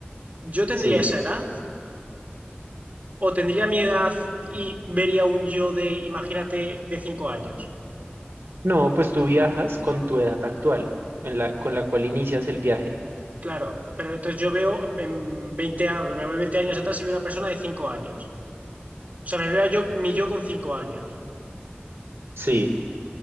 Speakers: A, on the right; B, on the right.
A: Yo tendría
B: sí.
A: esa edad o tendría mi edad y vería un yo de, imagínate, de cinco años.
B: No, pues tú viajas con tu edad actual, en la, con la cual inicias el viaje.
A: Claro, pero entonces yo veo en veinte a- me voy 20 años atrás y veo una persona de cinco años. O sea, me veo yo, mi yo con cinco años.
B: Sí.